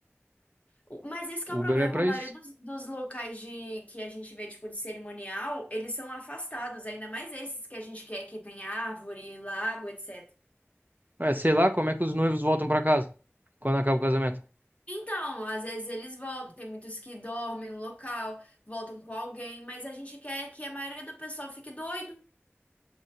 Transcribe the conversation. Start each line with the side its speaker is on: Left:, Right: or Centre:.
Left: O- Mas esse que
Right: Uber
Left: é o problema,
Right: é pra
Left: a maioria
Right: isso.
Left: dos, dos locais de que a gente vê, tipo, de cerimonial, eles são afastados, ainda mais esses que a gente quer que tem árvore, lago, etc.
Right: É, sei lá, como é que os noivos voltam pra casa quando acaba o casamento?
Left: Então, às vezes eles voltam, tem muitos que dormem no local, voltam com alguém, mas a gente quer que a maioria do pessoal fique doido.